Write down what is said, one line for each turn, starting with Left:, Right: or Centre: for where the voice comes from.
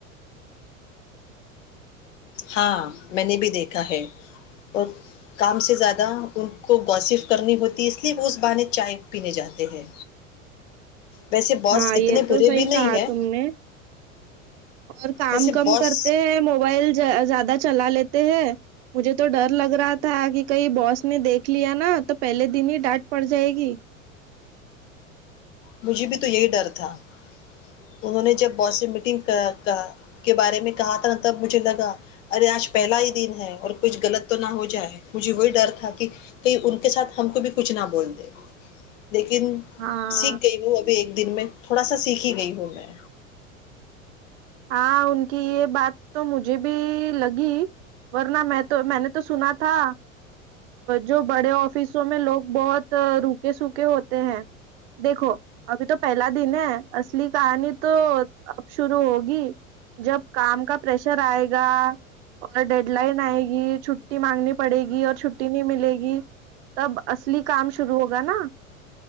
Left: ہاں میں نے بھی دیکھا ہے اور کام سے زیادہ ان کو وصف کرنی ہوتی اس لیے وہ اس بانے چائے پینے جاتے ہیں ویسے باس
Right: ہاں یہ
Left: اتنے
Right: تو
Left: برے
Right: صحی
Left: بھی نہیں
Right: کہا
Left: ہے
Right: تم نے اور کام
Left: ویسے
Right: کم
Left: باس
Right: کرتے ہیں موبائل زیادہ چلا لیتے ہیں مجھے تو ڈر لگ رہا تھا کہ کہئی باس میں دیکھ لیا نا تو پہلے دن ہی ڈانٹ پڑ جائے گی
Left: مجھے بھی تو یہی ڈر تھا انہوں نے جب باس سے میٹنگ کے بارے میں کہا تھا نا تب مجھے لگا ارے آج پہلا ہی دن ہے اور کچھ غلط تو نہ ہو جائے مجھے وہی ڈر تھا کہ کہیں ان کے ساتھ ہم کو بھی کچھ نہ بول دے لیکن
Right: ہاں
Left: سکھ ہ ابھی ایک دن میں تھوڑا سا سیکھی گئی ہوں میں
Right: ہاں ان کی یہ بات تو مجھے بھی لگی ورنہ میں تو میں نے تو سنا تھا جو بڑے آف فیسوں میں لوگ بہت رک کے سوکھے ہوتے ہیں دیکھو ابھی تو پہلا دن ہے اسلی کہانی تو اب شرو ہو گی جب کام کا پشر آئے گا اور ڈیڈ لائن آئے گی چھٹی مانگنی پڑے گی اور چھٹی نہیں ملے گی تب اصلی کام شروع ہوگا نا